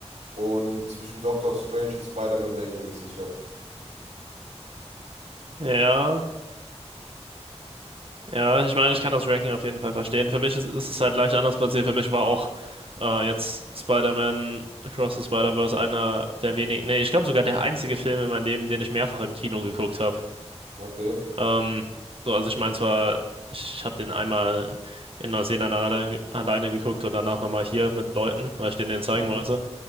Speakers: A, on the right; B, on the right.
A: Und zwischen Doctor Strange und Spider-Man wäre ich mir nicht sicher.
B: ja, ja. Ich meine, ich kann das Ranking auf jeden Fall verstehen. Für mich ist, ist es halt leicht anders passiert. Für mich war auch äh, jetzt Spider-Man Across the Spider-Verse einer der wenigen, nee, ich glaube sogar der einzige Film in meinem Leben, den ich mehrfach im Kino geguckt habe.
A: Okay.
B: Ähm, so, also ich meine zwar, ich habe den einmal in Neuseeland alleine, alleine geguckt und danach nochmal hier mit Leuten, weil ich denen den zeigen
A: Mhm.
B: wollte.